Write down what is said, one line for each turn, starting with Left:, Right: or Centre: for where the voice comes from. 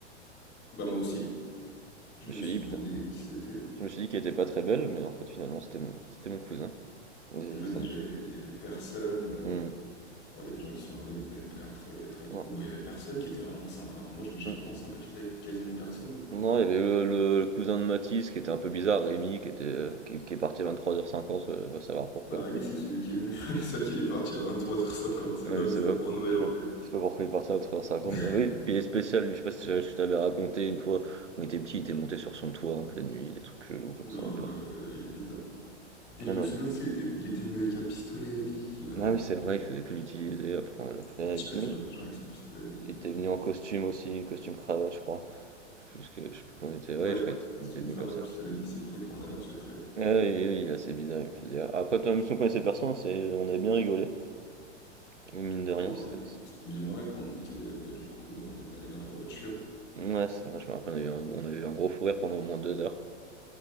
Left: Bah, moi aussi. Je
Right: Je me
Left: me
Right: suis
Left: suis
Right: dit:
Left: demandé
Right: «Putain»,
Left: qui c'était.
Right: je me suis dit qu'elle était pas très belle, mais en fait, finalement, c'était mon c'était mon cousin. Et
Left: Mais
Right: ça
Left: déjà,
Right: m'a
Left: il y avait, il y avait personne. euh,
Right: mmh.
Left: Bon, il y a des gens qui sont arrivés, mais ils n'avaient pas l'air très, très
Right: Non.
Left: cool. Bon, il y avait personne qui était vraiment sympa. hein. Moi, je- j'ai
Right: Mmh.
Left: vraiment sympathisé avec quasiment personne. hein.
Right: Non, il y avait le, le- le cousin de Mathis qui était un peu bizarre, Rémi, qui était euh, qui, est qui est parti à 23h50, euh, va savoir pourquoi.
Left: Bah, Rémi, c'est celui qui est venu. <laughs> C'est ça qu'il est parti à 23h50. C'est
Right: Ouais,
Left: dingue,
Right: je sais
Left: ça,
Right: pas,
Left: pour un nouvel
Right: je sais
Left: an,
Right: pas,
Left: quand même.
Right: je sais pas pourquoi il est parti à 23h50.
Left: <laughs>
Right: mais Oui, il est spécial, lui, je sais pas si je je t'avais raconté une fois, quand il était petit, il était monté sur son toit en pleine nuit, des trucs chelous comme
Left: Oula,
Right: ça un peu.
Left: oula, ouais, là, il est bizarre. Et
Right: Ah
Left: je me
Right: non,
Left: souviens
Right: il-
Left: aussi, il était, il était venu avec un pistolet à billes. euh,
Right: ah oui, c'est vrai, il faisait que l'utiliser après. on l'a- après,
Left: il tirait
Right: il oui,
Left: sur les gens avec son pistolet à billes.
Right: il
Left: euh.
Right: était venu en costume aussi, costume cravate, je crois. Je sais plus, ce que- je sais plus comment il était, ouais,
Left: Ouais,
Right: je crois qu'il
Left: c'était
Right: était
Left: une
Right: venu
Left: frère
Right: comme
Left: de
Right: ça.
Left: pistolet à billes, c'est pris pour un agent secret.
Right: Ah oui, oui, oui, il est assez bizarre, il me faisait Après, toi, même si on connaissait personne, c'est... on avait bien rigolé. Et mine de rien,
Left: Ouais, on
Right: c'était.
Left: avait... C'était bien marré quand on était, euh, bah, du coup, euh, on était allé dans la voiture.
Right: Ouais, c'est vrai, je me rappelle, on avait eu un, on avait eu un gros fou rire pendant au moins deux heures.